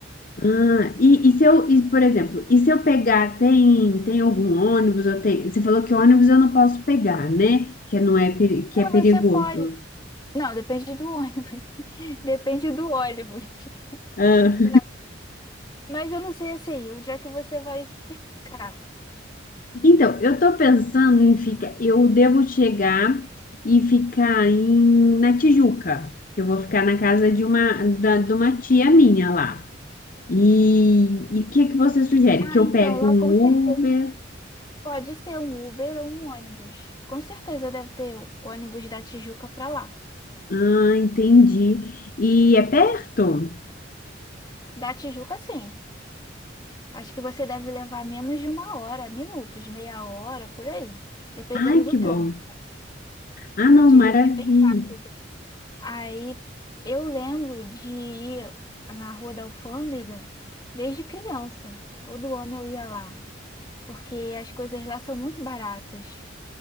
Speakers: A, on the left (about 45°); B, on the left (about 20°).
A: Ah, e, e se eu, e, por exemplo, e se eu pegar, tem, tem algum ônibus, ou tem, você falou que ônibus eu não posso pegar, né? Que não é, peri- que
B: Não,
A: é perigoso.
B: você pode. Não, depende do ônibus. <laughs> Depende do ônibus.
A: Ah,
B: <laughs> Mas eu não sei assim, onde é que você vai ficar?
A: Então, eu tô pensando em ficar, eu devo chegar e ficar em, na Tijuca, que eu vou ficar na casa de uma, da, de uma tia minha lá. E o que que você sugere?
B: Ah,
A: Que eu
B: então,
A: pego
B: lá
A: um
B: com
A: Uber?
B: certeza pode ser um Uber ou um ônibus. Com certeza deve ter ônibus da Tijuca para lá.
A: Ah, entendi. E é perto?
B: Da Tijuca, sim. Acho que você deve levar menos de uma hora, minutos, meia hora, por aí, dependendo
A: Ai,
B: do
A: que
B: trânsito.
A: bom. Ah, não,
B: A Tijuca
A: maravilha.
B: é bem rápido. Aí eu lembro de ir na Rua da Alfândega desde criança. Todo ano eu ia lá, porque as coisas lá são muito baratas.